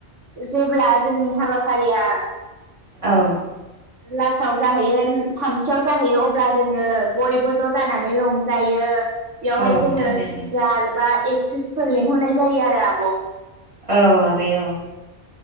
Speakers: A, on the right (about 80°); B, on the right (about 25°).
A: जेब्ला जोंनि हाबाफारिया।
B: औ।
A: लास्टाव जाहैयो थामथियाव जाहैयो अब्ला जोङो बयबो ज' जानानै रंजायो। बेयावहाय
B: औ
A: जोङो
B: थारैनो।
A: सिंगार बा एक्ट्रिसफोर लेंंहरनाय जायो आरो आब'।
B: औ आगै औ।